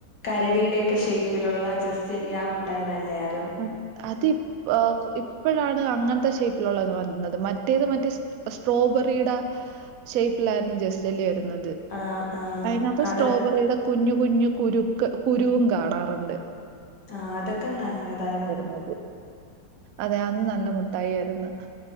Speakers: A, on the left; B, on the right.
A: കരടിയുടെക്കെ ഷെയ്പ്പ്ലുള്ള ജസ്റ്റ് ജെല്ലി ആഹ് മിട്ടായി നല്ലതായിരുന്നു
B: അത് അതീപ്പ് ഓഹ് ഇപ്പഴാണ് അങ്ങനത്തെ ഷേപ്പിലുള്ളത് വന്നത് മറ്റത് മറ്റേ സ് സ്ട്രോബെറിയുടെ ഷേപ്പിലായിരുന്നു ജസ് ജല്ലി വരുന്നത്
A: ആഹ് ആഹ്
B: അതിനകത്ത്
A: അതൊ
B: സ്ട്രോബെറിയുടെ കുഞ്ഞു കുഞ്ഞു കുരുക്ക് കുരുവും കാണാറുണ്ട്
A: ആഹ് അതൊക്കെ നല്ലതായിരുന്നു
B: അത് അതെ അന്ന് നല്ല മുട്ടായി ആയിരുന്നു